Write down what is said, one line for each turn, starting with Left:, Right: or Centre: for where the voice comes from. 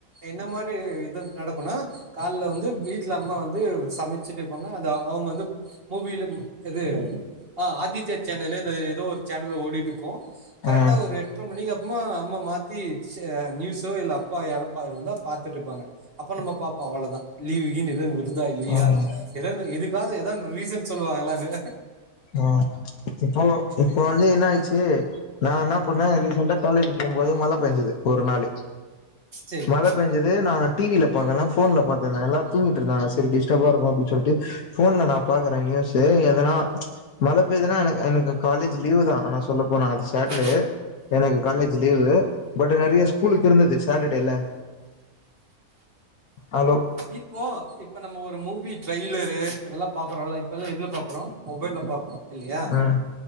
Right: என்ன மாரி இது நடக்குனா கால் வந்து வீட்ல அம்மா வந்து சமைச்சிட்டு இருப்பாங்க அந்த அவுங்க வந்து மூவில இது ஆ ஆதித்யா சேனலு எதோ ஒரு சேனலு ஓடிட்டு இருக்கும் கரெக்ட்டா
Left: ம்
Right: ஒரு எட்ரை மணிக்கு அப் சும்மா அம்மா மாத்தி நியூஸ் இல்ல அப்பா யாரோ இருந்தா பாக்குறதா இருந்தா பாத்திட்டு இருப்பாங்க அப்ப நம்ப பாப்போம் அவ்ளோ தான் லீவு கீவுனு எதும் விட்றதி இருக்கா இல்லையா
Left: ம்
Right: எதானு இருக்காது எதுக்காது ரீசன் சொல்லுவாங்கல்லனு
Left: ஆஹ் இப்போ இப்போ வந்து என்ன ஆயிச் சு நான் என்னா பண்ணேன் ரீசெண்ட்டா காலேஜ் போம்போது மழை பேஞ்சது ஒரு நாளு
Right: சரி
Left: மழ பேஞ்சது நாங்க டிவியில பாக்கல்னா போன்ல பாத்து எல்லா தூங்கிட்டுருந்தாங்க செரி டிஸ்டர்பா இருக்கும் அப்டின்னு சொல்லிட்டு ஃபோன்ல நான் பாக்குறேன் நியூசு எதனா மழ பெய்துனா என எனக்கு காலேஜ் லீவு தான் ஆனா சொல்ல போன அது சாட்டர்டே
Right: ஆ
Left: எனக்கு காலேஜ் லீவு பட் நெறைய ஸ்கூலுக்கு இருந்தது சாட்டர்டே ல ஹலோ
Right: இப்போ இப்ப நம்ம ஒரு மூவி ட்ரெய்லரு இதெல்லாம் பாக்றோம்ல இப்ப எல்லாம் எதுல பாக்றோம் மொபைல்ல பாக்றோம் இல்லையா
Left: ம்